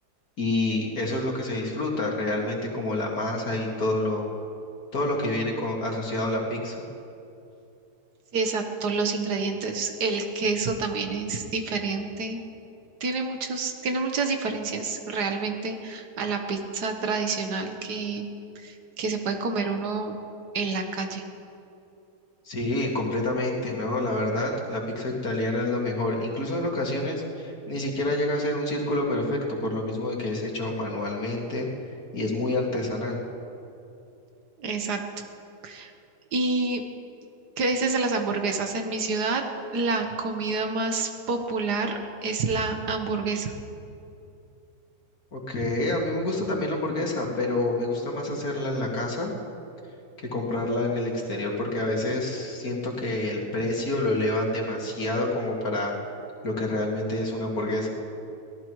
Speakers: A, on the left; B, on the right.
A: Y eso es lo que se disfruta realmente como la masa y todo lo, todo lo que viene co- asociado a la pizza.
B: Sí, exacto, los ingredientes. El queso también es diferente. Tiene muchos, tiene muchas diferencias realmente a la pizza tradicional que, que se puede comer uno en la calle.
A: Sí, completamente, ¿no? La verdad, la pizza italiana es lo mejor. Incluso en ocasiones ni siquiera llega a ser un círculo perfecto, por lo mismo de que es hecho manualmente y es muy artesanal.
B: Exacto. ¿Y qué dices de las hamburguesas? En mi ciudad, la comida más popular es la hamburguesa.
A: Ok, a mí me gusta también la hamburguesa, pero me gusta más hacerla en la casa que comprarla en el exterior, porque a veces siento que el precio lo elevan demasiado como para lo que realmente es una hamburguesa.